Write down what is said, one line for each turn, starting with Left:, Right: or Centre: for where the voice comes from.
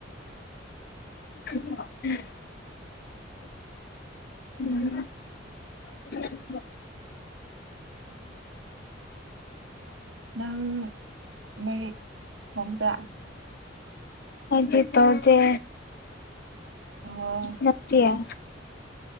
Left: <unintelligible> <inaudible> ꯎꯝ
Right: ꯅꯪ ꯃꯔꯤꯛ ꯍꯣꯕ꯭ꯔꯥ
Left: ꯍꯥꯏꯖꯤ ꯇꯣꯗꯤ
Right: ꯑꯣ
Left: ꯉꯠꯇꯌꯥ